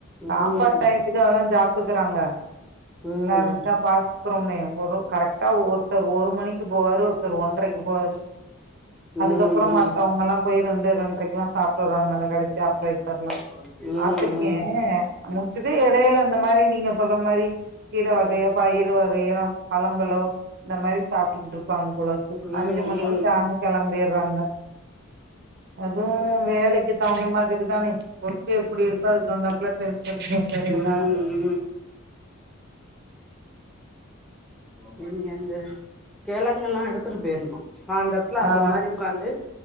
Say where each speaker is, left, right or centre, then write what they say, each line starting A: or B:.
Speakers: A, in the centre; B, on the right.
A: ம்
B: சாப்பாட் டயத்துக்கு அதல்லா சாப்டுக்குறாங்க
A: ம்
B: <unintelligible> பாத் அப்றோமே ஒரு கரெக்டா ஒருத்தர் ஒரு மணிக்கு போவாரு ஒருத்தர் ஒன்றைக்கு போவாரு
A: ம்
B: கப்பறோ மத்தவங்களா
A: ம்
B: போய் ரெண்டு ரெண்டரைக்குலா சாப்ட்டு வர்றாங்கல்ல கடைசியா அப்ரைசர்லா
A: ம் ம்
B: பாத்துருக்கே முடிச்சுட்டு எடையில அந்த மாரி நீங்க சொல்ற மாரி இரு வகையப்பா இரு வகையோ பழங்களோ இந்த மாரி சாப்ட்டுக்கிட்டு இருப்பாங்க போலருக்கு
A: ம்
B: அஞ்சு மணிக்கு
A: ம்
B: டாண்னு கெளம்பீறாங்க அதுவு வேலைக்கு தவுந்த மாதிரி தானே ஒர்க்கு எப்படி இருக்கோ அதுக்கு தவுந்தாப்புல <inaudible> இருக்காங்க
A: ம் ம் நீங்க அந்த கெழங்குலா எடுத்துட்டு போயிருனு சாயிந்தரத்துல
B: ஆ
A: அது மாரி உக்காந்து